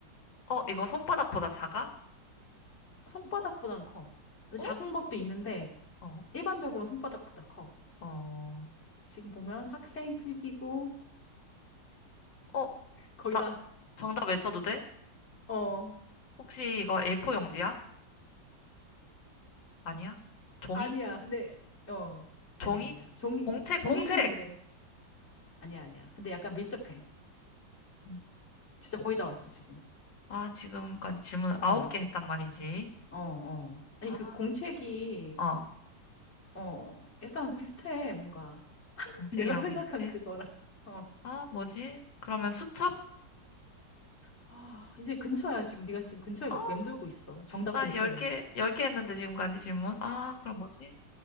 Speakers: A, on the left (about 85°); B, on the left (about 35°).
A: 어, 이거 손바닥보다 작아?
B: 손바닥보단 커. 근데
A: 어?
B: 작은 것도 있는데
A: 어,
B: 일반적으로는 손바닥보다 커.
A: 어,
B: 지금 보면 학생 필기고
A: 어,
B: 거의
A: 나
B: 다.
A: 정답 외쳐도 돼?
B: 어,
A: 혹시 이거 A4 용지야? 아니야? 종이?
B: 아니야. 근데 어 아니야
A: 종이?
B: 아니야. 종이
A: 공책,
B: 종이는
A: 공책!
B: 근데 아니야 아니야. 근데 약간 밀접해.
A: 음.
B: 진짜 거의 다 왔어 지금.
A: 아, 지금까지 질문을
B: 어
A: 9개 했단 말이지.
B: 어 어. 아니
A: 아,
B: 그 공책이
A: 어,
B: 어 약간 비슷해 뭔가 <laughs>
A: 공책이랑
B: 내가 생각한
A: 비슷해?
B: 그거랑. 어.
A: 아, 뭐지? 그러면 수첩?
B: 아, 이제 근처야 지금 네가 지금 근처에
A: 아,
B: 맴돌고 있어. 정답
A: 나
B: 근처를.
A: 10개, 열 개 했는데 지금까지 질문. 아, 그럼 뭐지?